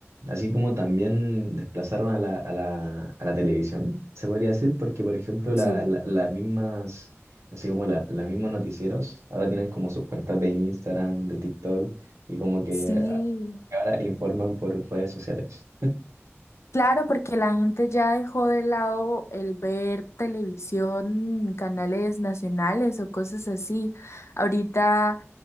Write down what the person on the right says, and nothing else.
así como también desplazaron a la, a la, a la televisión, se podría decir, porque por ejemplo la-
la- las mismas, así como la, los mismos noticieros, ahora tienen como sus cuentas de Instagram, de TikTok, y como que
ahora informan por redes sociales.